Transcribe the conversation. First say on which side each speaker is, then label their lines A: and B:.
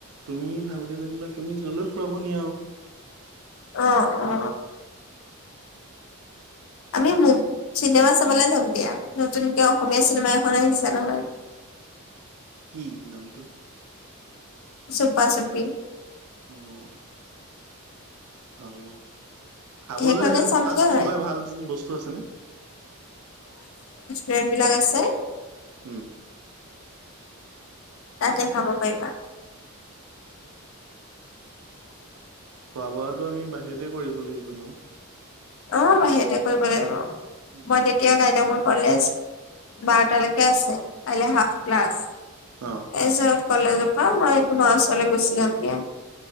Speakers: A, on the right; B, on the left.
A: তুমি ভালকে যেনিবা তুমি যলৈ ফুৰাব নিয়া আৰু।
B: অ', অ'। আমি মু চিনেমা চাবলৈ যাম দিয়া নতুনকে অসমীয়া চিনেমা এখন আহিছে নহয়।
A: কি নামটো?
B: চুপা চুপি।
A: অ'। হ'ব। খাবলৈ
B: সেইখনে চামগৈ।
A: তাত কিবা ভাল বস্তু আছেনে?
B: ৰেটবিলাক আছে।
A: হম।
B: তাতে খাব পাৰিবা।
A: খোৱা বোৱাটো আমি বাহিৰতে কৰিব লাগিব এনেও।
B: অ', বাহিৰতে কৰিব লাগিব,
A: উম,
B: মই তেতিয়া কাইলৈ মোৰ কলেজ বাৰটালৈকে আছে, কাইলৈ হাফ ক্লাছ তাৰিছত
A: অ',
B: কলেজ পা মই তোমাৰ ওচৰলে গুচি যাম দিয়া।